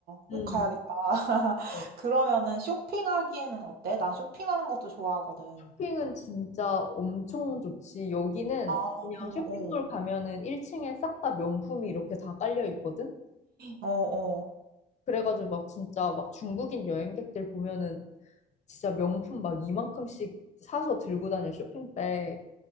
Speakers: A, on the right; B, on the left.
A: 꼭
B: 음.
A: 가야겠다. <laughs>
B: 어,
A: 그러면은 쇼핑하기에는 어때? 난 쇼핑하는 것도 좋아하거든.
B: 쇼핑은 진짜 엄청 좋지. 여기는
A: 아,
B: 그냥 쇼핑몰
A: 어,
B: 가면은 1층에 싹 다 명품이 이렇게 다 깔려 있거든?
A: 어, 어.
B: 그래가지고 막 진짜 막 중국인 여행객들 보면은 진짜 명품 막 이만큼씩 사서 들고 다녀 쇼핑백.